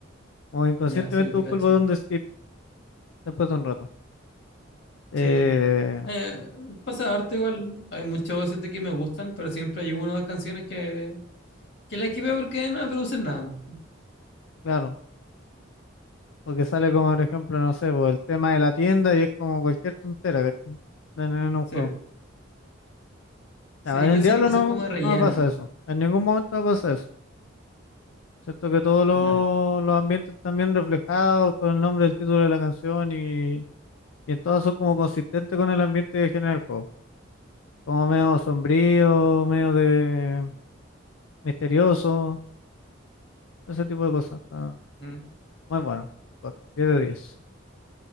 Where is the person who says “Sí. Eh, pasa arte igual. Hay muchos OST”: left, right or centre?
Left